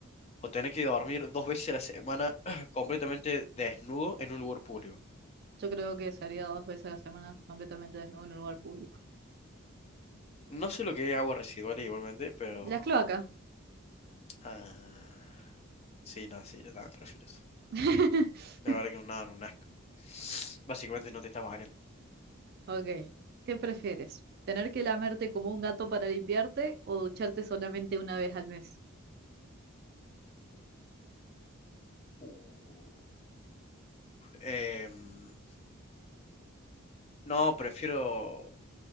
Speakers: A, on the left; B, on the right.
A: o tener que dormir dos veces a la semana <clears throat> completamente desnudo en un lugar público.
B: Yo creo que salía dos veces a la semana completamente desnudo en un lugar público.
A: No sé lo que es aguas residuales igualmente, pero...
B: Las cloacas.
A: ah, sí, no, sí, yo también prefiero eso.
B: <laughs>
A: La verdad que un nado, un asco. Básicamente no te estás bañando.
B: Ok, ¿qué prefieres? ¿Tener que lamerte como un gato para limpiarte o ducharte solamente una vez al mes?
A: Uh, em, no, prefiero